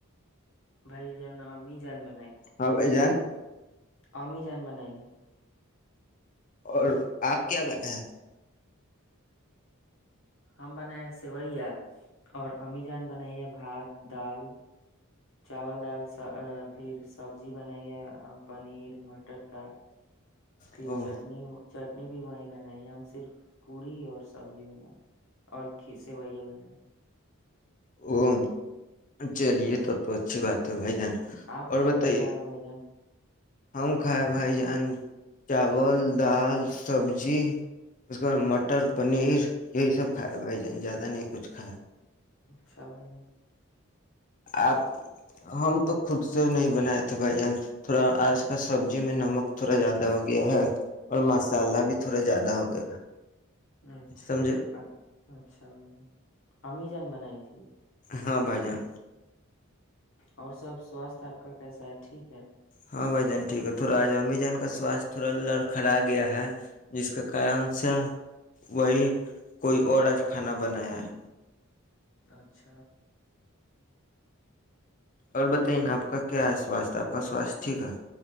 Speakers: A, on the left; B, on the left.
A: بائی جانمی جان ب
B: ہاں بھائی جان
A: کمی جان بنائی ہے
B: اور آپ کیا بنےیں
A: ہم بنا سویا اور امی جان بنائیے اب بھات دال چاول دال پھر سبزی بنائییا پنیر مٹر کا پھر
B: او
A: چٹنی چٹنی بھی وہیں بنیں ہم صرف پوری اور سبزی بنائیں اور کھسے بیا بنائے
B: او چلیے تب تو اچھی بات ہے بھائی جان
A: آپ
B: اور
A: کیا
B: بتائیے
A: کیا کھائے ہیں بھائی جان
B: ہم کھا بھائی جان ین چاول دال سبزی اس کے بعد مٹر پنیر یہی سب کھائے بھائی جان زیادہ نہیں کچھ کھائے
A: اچھا بھائی
B: آپ ہم تو خود سے نہیں بنائے تھے بھائی جان تھوڑا آج کل سبزی میں نمک تھوڑا زیادہ ہو گیا ہے اور مسالہ بھی تھوڑا زیادہ ہو گیا
A: اچھا
B: سمجھو
A: اچھا بھ امی جان بنائی تھی
B: ہاں بھائی جان
A: اور سب سواستھ آپ کا کیسا ہے ٹھیک ہے
B: ہاں بھائی جان ٹھیک ہے تھوڑا آج امی جان کا سواستھ تھوڑا ل کرا گیا ہے جس کے کارن سے وہی کوئی اور آج کھانا بنایا ہے
A: اچھا <unintelligible>
B: اور بتائیے نا آپ کا کیا ہے سوستھ آپ کا سواستھ ٹھیک ہے